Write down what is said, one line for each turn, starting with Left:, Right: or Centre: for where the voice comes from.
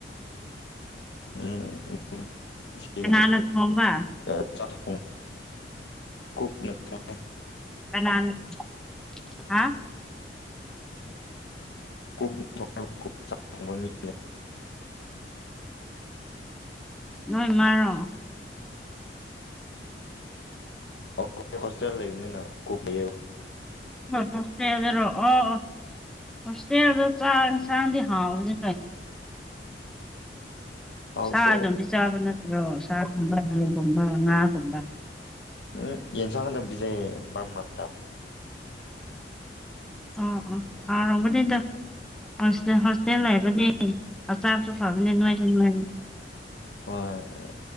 Left: ꯎꯝ <unintelligible>
Centre: ꯀꯅꯥꯅ ꯊꯣꯡꯕ
Left: <unintelligible> <unintelligible>
Centre: <unintelligible> ꯍꯥ
Left: <unintelligible>
Centre: ꯅꯣꯏ ꯃꯥꯔꯣ
Left: <unintelligible> ꯍꯣꯁꯇꯦꯜ ꯂꯩꯕꯅꯤꯅ ꯀꯨꯛ ꯂꯩꯌꯦꯕ
Centre: ꯍꯣꯁꯇꯦꯜꯗꯔꯣ ꯑꯣ ꯑꯣ ꯑꯣ ꯍꯣꯁꯇꯦꯜꯗ ꯆꯥꯛ ꯏꯟꯁꯥꯡꯗꯤ ꯍꯥꯎꯕꯅꯤ <unintelligible>
Left: ꯍꯥꯎꯇꯦꯗ
Centre: ꯆꯥꯕ ꯅꯠꯇ꯭ꯔꯣ ꯁꯥꯒꯨꯝꯕ ꯌꯦꯟꯒꯨꯝꯕ ꯉꯥꯒꯨꯝꯕ
Left: ꯎꯝ ꯌꯦꯟꯁꯥꯡ ꯑꯗꯨꯝ ꯄꯤꯖꯩꯌꯦ ꯃꯔꯛ ꯃꯔꯛꯇ
Centre: ꯑꯣ ꯑꯣ ꯍꯥꯎꯔꯝꯒꯅꯤꯗ ꯍꯣꯁ ꯍꯣꯁꯇꯦꯜ ꯂꯩꯕꯗꯤ ꯍꯛꯆꯥꯡꯁꯨ ꯐꯕꯅꯦ ꯅꯣꯏꯁꯨ ꯅꯣꯏꯕꯅꯤ
Left: ꯍꯣꯏ ꯑꯗꯣ